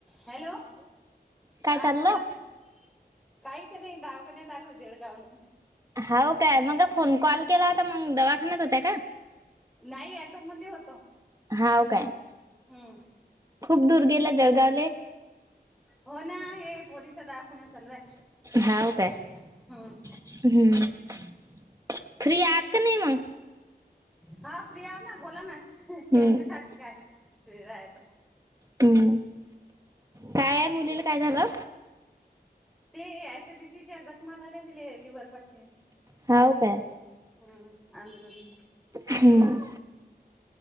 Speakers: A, in the centre; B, on the right.
A: Hello,
B: काय
A: हा
B: चाललं
A: बोला ताई. कायी त नाई, दावखान्यात आलो जेडगावले.
B: हाव काय? मंगा फोन कॉल केलावता मंग दवाखान्यात होत्या का?
A: नायी, ॲटोमंदे होतो.
B: हाव काय?
A: हंम.
B: खूप दूर गेला जळगावले.
A: हो ना, हे पोरीचा दावाखाना चालू आय.
B: हाव काय
A: <inaudible> हं.
B: हम्म, <inaudible> फ्री आआत का नाही म?
A: हा फ्री आऊ ना, बोला ना, हही
B: हम्म
A: याच्यासाठी काय? फ्री राआयचं का?
B: हम्, कायाय? मुलीला काय झालं?
A: ते ऍसिडिच्या जग मा झाले दिले लिवर पाशी,
B: हाव काय
A: हं हं आजरून.
B: हं,